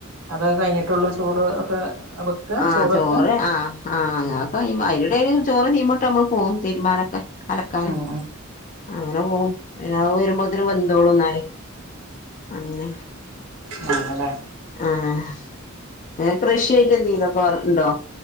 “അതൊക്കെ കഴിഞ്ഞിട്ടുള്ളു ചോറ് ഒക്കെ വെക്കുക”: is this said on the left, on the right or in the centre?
Right